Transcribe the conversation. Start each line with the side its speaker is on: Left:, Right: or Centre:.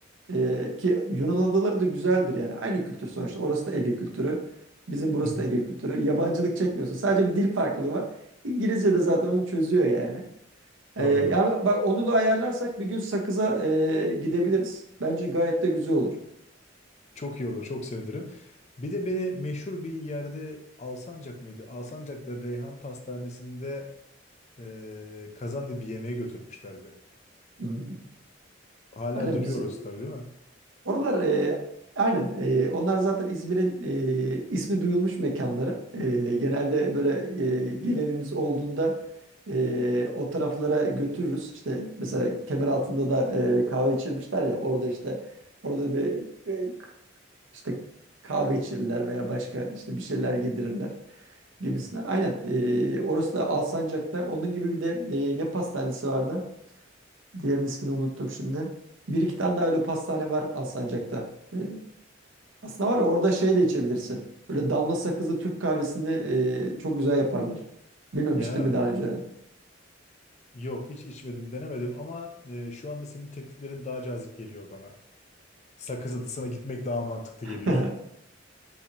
Right: Ee, ki Yunan adaları da güzeldir yani. Aynı kültür sonuçta. Orası da Ege kültürü. Bizim burası
Left: Hı hı,
Right: da Ege kültürü. Yabancılık çekmiyorsun. Sadece bir dil farklılığı var. İngilizce de zaten onu çözüyor yani.
Left: Anladım.
Right: Ee, yani bak onu da ayarlarsak bir gün Sakız'a e, gidebiliriz. Bence gayet de güzel olur.
Left: Çok iyi olur, çok sevinirim. Bir de beni meşhur bir yerde Alsancak mıydı? Alsancak'ta Reyhan Pastanesi'nde eee kazandı bir yemeğe götürmüşlerdi.
Right: Hı hı.
Left: Hala
Right: Hani
Left: duruyoruz
Right: biz
Left: tabii değil mi?
Right: Oralar e, aynen e, onlar zaten İzmir'in e, ismi duyulmuş mekanları. E, genelde böyle e, gelenimiz olduğunda e, o taraflara götürürüz. İşte mesela Kemeraltı'nda da e, kahve içirmişler ya orada işte orada bir e, işte kahve içirirler veya başka işte bir şeyler yedirirler gibisine.
Left: Hmm.
Right: Aynen e, orası da Alsancak'ta onun gibi bir de e, ne pastanesi vardı? Diğerinin ismini unuttum şimdi. Bir iki tane daha öyle pastane var Alsancak'ta. E, aslında var ya orada şey de içebilirsin. Böyle damla sakızlı Türk kahvesini e, çok güzel yaparlar. Bilmemiştim
Left: Ya
Right: mi daha önce?
Left: yok hiç içmedim, denemedim ama eee, şu anda senin tekliflerin daha cazip geliyor bana. Sakız Adası'na gitmek daha mantıklı geliyor.
Right: <laughs>